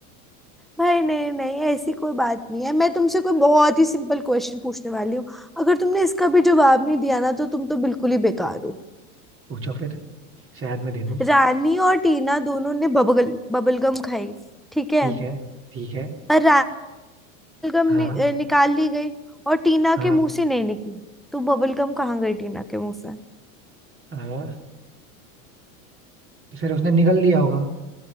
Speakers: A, in the centre; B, on the right (about 30°).
A: भाई नहीं नहीं ऐसी कोई बात नहीं है मैं तुमसे कोई बहुत ही सिंपल क्वेश्चन पूछने वाली हूँ अगर तुमने इसका भी जवाब नहीं दिया ना तो तुम तो बिल्कुल ही बेकार हो
B: पूछो फिर शायद मैं दे दूं
A: रानी और टीना दोनों ने बबल बबल गम खाई ठीक है
B: ठीक है ठीक है
A: और रानी गम
B: हाँ
A: नि, अ, निकाल ली गई और टीना
B: हाँ
A: के मुंह से नहीं निकली तो बबल गम कहाँ गई टीना के मुंह से
B: हाँ। फिर उसने निगल लिया होगा